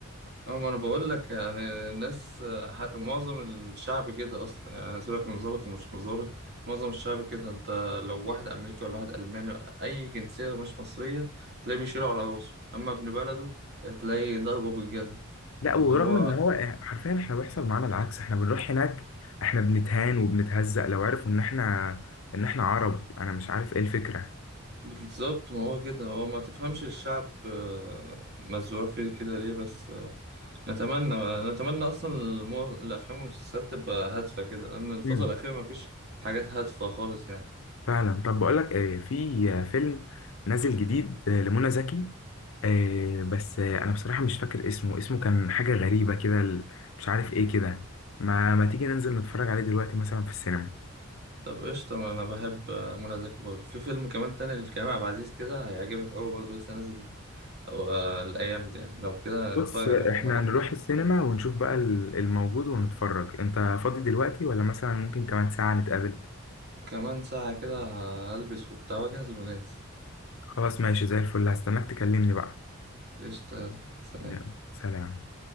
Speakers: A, on the right (about 50°); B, on the left (about 75°).
A: اه ما انا بقول لك يعني الناس حتى معظم الشعب كده اصلا يعني سيبك من ظابط ومش مظابط معظم الشعب كده انت لو واحد امريكي ولا واحد الماني اي جنسيه مش مصريه تلاقيه بيشيله على راسه اما ابن بلده تلاقيه ضربه بالجزم
B: لا ورغم
A: اللي هو
B: ان هو حرفيا احنا بيحصل معانا العكس احنا بنروح هناك احنا بنتهان وبنتهزق لو عرفوا ان احنا ان احنا عرب انا مش عارف ايه الفكرة
A: بالظبط ما هو كده هو ما تفهمش الشعب آه، مزروع فيه كده ليه بس آه، نتمنى نتمنى اصلا المو- الافلام والمسلسلات تبقى هادفه كده لان الفتره
B: مم.
A: الاخيره ما فيش حاجات هادفه خالص يعني
B: فعلا طب بقول لك ايه في آه، فيلم نازل جديد آه، لمنى زكي آه، بس آه، انا بصراحة مش فاكر اسمه اسمه كان حاجة غريبة كده ال- مش عارف ايه كده ما ما تيجي ننزل نتفرج عليه دلوقتي مثلا في السينما
A: طب قشطة ما أنا بحب منى زكي برضه في فيلم كمان تاني لكريم عبد العزيز كده هيعجبك أوي برضه لسه نازل أو آه، الأيام دي يعني لو كده نتفرج
B: بص آه،
A: عليهم
B: احنا
A: هما الاتنين
B: نروح السينما ونشوف بقى ال- الموجود ونتفرج انت فاضي دلوقتي ولا مثلا ممكن كمان ساعة نتقابل
A: كمان ساعة كده هلبس وبتاع وأجهز وننزل
B: خلاص ماشي زي الفل هستناك تكلمني بقى
A: قشطة يلا سلام
B: يلا سلام